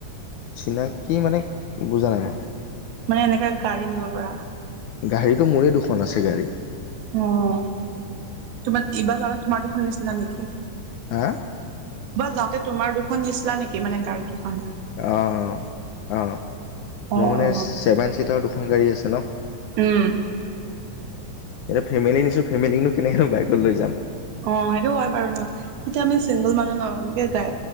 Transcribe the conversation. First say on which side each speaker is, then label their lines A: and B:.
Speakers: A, on the left; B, on the right.
A: চিনাকি মানে বুজা নাই মই।
B: মানে এনেকে গাড়ী নিব পৰা।
A: গাড়ীটো মোৰে দুখন আছে গাড়ী।
B: অ', তোমাৰ এইবাৰ যাওঁতে তোমাৰ দুখন নিছিলা নেকি?
A: হা?
B: এইবাৰ যাওঁতে তোমাৰ দুখন নিচিলা নেকি মানে গাড়ীকিখন?
A: অ', অ', অ',
B: অ
A: মোৰ মানে
B: অ
A: ছেভেন চিটাৰ দুখন গাড়ী আছে ন।
B: উম।
A: এতিয়া ফেমিলি নিছো ফেমিকনো কেনেকৈ বাইকত লৈ যাম।
B: অ', সেইটো হয় বাৰু ন। এতিয়া আমি চিংগল মানুহ ন এনেকে গে